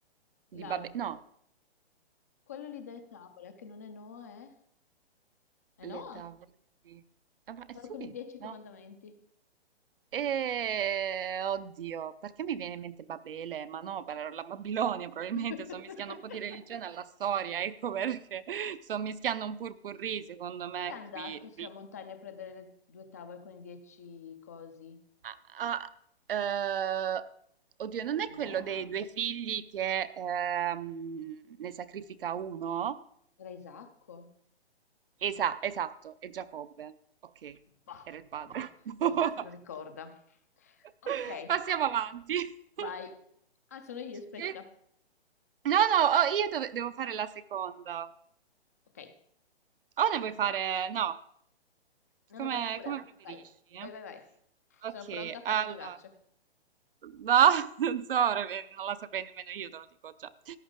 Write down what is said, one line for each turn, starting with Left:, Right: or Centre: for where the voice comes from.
Right: di
Left: L'altro.
Right: babbe... No,
Left: Quello lì delle tavole che non è Noah è... È
Right: Le
Left: Noah?
Right: tavole di... Ah, ma- eh
Left: Quello
Right: sì,
Left: con i dieci
Right: no?
Left: comandamenti.
Right: E... Oddio, perché mi viene in mente Babele? Ma no, per la Babilonia probabilmente
Left: <laughs>
Right: sto mischiando un po' di religione alla storia, ecco perché <laughs> sto mischiando un purpurri secondo me
Left: Chi era andato
Right: qui.
Left: sulla
Right: di-
Left: montagna a prendere le due tavole con i dieci cosi?
Right: Ah, ah, eh, Oddio, non è quello
Left: Noah.
Right: dei due figli che ehm, ne sacrifica uno?
Left: Era Isacco.
Right: Esa- esatto, è Giacobbe. Ok,
Left: Bah,
Right: era il padre.
Left: bah,
Right: <laughs>
Left: chi se lo ricorda?
Right: <laughs>
Left: Ok,
Right: Passiamo avanti.
Left: vai.
Right: <laughs>
Left: Ah, sono io, aspetta.
Right: Che- No, no, oh, io dove- devo fare la seconda.
Left: Ok,
Right: O ne vuoi fare? No,
Left: no,
Right: come,
Left: no, vai pure.
Right: come preferisci,
Left: Vai,
Right: eh?
Left: vai, vai, vai. Sono
Right: Ok,
Left: pronta a far
Right: allora.
Left: figuracce.
Right: No, <laughs> non so, ora ve- non la saprei nemmeno io, te lo dico già.